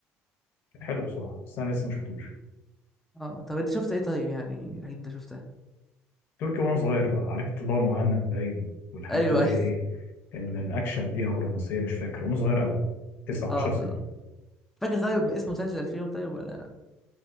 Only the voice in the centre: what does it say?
اه طب انت شفت ايه طيب يعني الحاجات اللي انت شفتها
ايوه
ايوه
<laughs>
اه
اه فاكر طيب اسم مسلسل فيهم طيب ولا